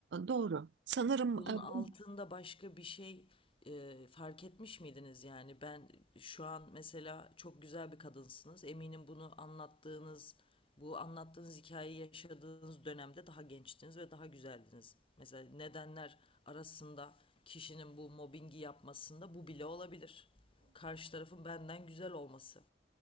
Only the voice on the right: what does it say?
doğru. Sanırım
e,
bu-